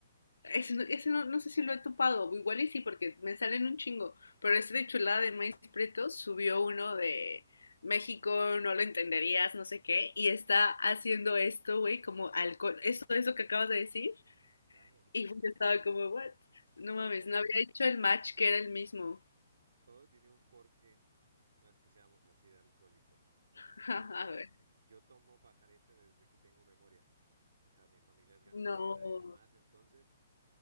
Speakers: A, on the left (about 75°); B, on the right (about 65°).
A: Ese, no, ese no, no sé si lo he topado, igual y sí, porque me salen un chingo. Pero ese de chulada de maíz preto subió uno de México, no lo entenderías, no sé qué, y está haciendo esto, güey, como alcohol, eso, eso que acabas de decir.
B: Claro.
A: Y yo estaba como, what? No
B: Ojo,
A: mames, no había hecho el match que era el mismo.
B: todo tiene un porqué. No es que seamos así de alcohólicos.
A: <laughs>
B: Porque yo tomo pajarete desde que tengo memoria. O sea, mi familia es ganadera
A: No,
B: y demás. Entonces,